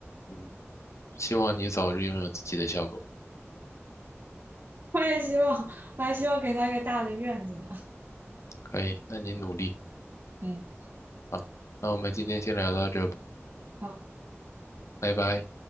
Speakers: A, on the left (about 85°); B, on the right (about 50°).
A: 嗯，希望你早日拥有自己的小狗。
B: 我也希望，我还希望给他一个大的院子呢。
A: 可以，那你努力
B: 嗯。
A: 啊。那我们今天先聊到这吧，
B: 好。
A: 拜拜。